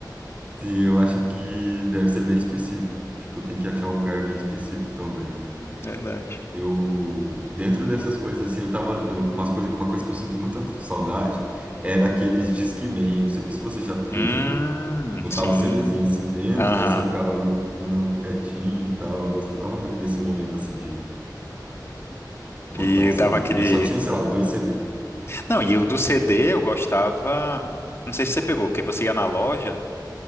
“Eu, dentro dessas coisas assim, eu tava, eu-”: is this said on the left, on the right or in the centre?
Right